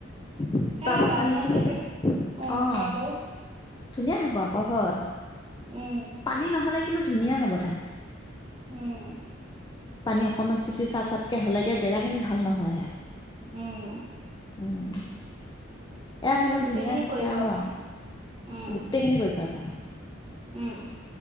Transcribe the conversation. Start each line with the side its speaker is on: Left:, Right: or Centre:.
Left: <inaudible>
Right: হে
Left: তপাৰ
Right: বাও
Left: থান নেকি
Right: ধান
Left: ন
Right: চাগে অ
Left: আহ
Right: তৰা বাও
Left: <inaudible> ধুনীয়া হব আকৌ হয়
Right: উম
Left: পানী নহলে কিন্তু ধুনীয়া হ'ব ধান।
Right: উম <inaudible>
Left: পানী অকনমান চিপচি চা চাপকে হলেগে জেগা খিনি ভাল নহয়
Right: উম <inaudible>
Left: উম এয়া ধানো
Right: সেই গোটেইখিনি
Left: ধুনীয়া হৈছে
Right: কৰিব
Left: আহ
Right: আকৌ উম
Left: গোটেই খিনি কৰি পাৰিৱা <inaudible>
Right: উম